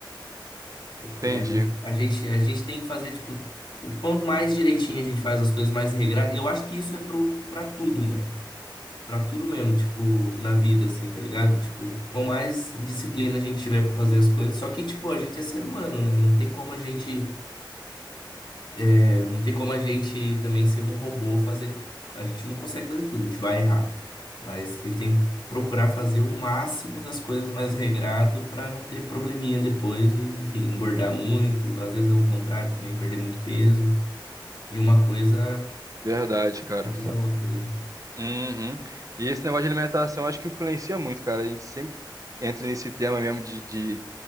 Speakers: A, on the left; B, on the right.
A: é te-
B: Entendi.
A: a gente, a gente, a gente tem que fazer, tipo, o quanto mais direitinho a gente faz as coisas, mais regrado. E eu acho que isso é pro, pra tudo, mano. Pra tudo mesmo, tipo, na vida, assim, tá ligado? Tipo, com mais disciplina a gente tiver pra fazer as coisas. Só que, tipo, a gente é ser humano, né? Não tem como a gente, é, não tem como a gente também ser um robô, fazer. A gente não consegue fazer tudo, a gente vai errar. Mas a gente tem que procurar fazer o máximo das coisas mais regrado pra não ter probleminha depois e, enfim, engordar muito. Às vezes, ao contrário, também perder muito peso. E uma coisa
B: Verdade, cara.
A: ajuda a outra daí.
B: Uhum. E esse negócio de alimentação acho que influencia muito, cara. A gente sempre entra nesse tema mesmo de, de...